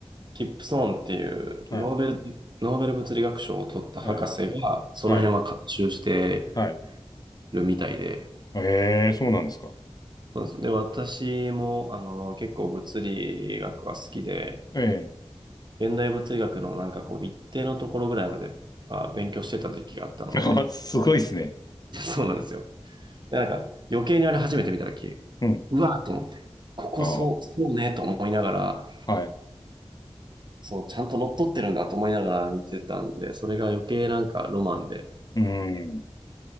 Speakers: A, on the right; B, on the left.
A: キップソーンっていうノーベル、
B: はい、
A: ノーベル物理学賞を取った博士が、
B: はい、
A: その辺は監修して
B: はい、はい。
A: るみたいで、
B: ええ、そうなんですか。
A: そうです。で、私も、あの、結構物理学は好きで、
B: え
A: 現代物理学のなんかこう一定のところぐらいまで、まあ、勉強してた時期があったので、
B: え。<laughs> あ、すごいですね。
A: <laughs> そうなんですよ。で、なんか余計にあれ初めて見た時、
B: うん。
A: うわーと思って、ここそう、
B: あ
A: そうねと思いながら、
B: はい。
A: そう、ちゃんと乗っ取ってるんだと思いながら見てたんで、それが余計なんかロマンで。
B: うん。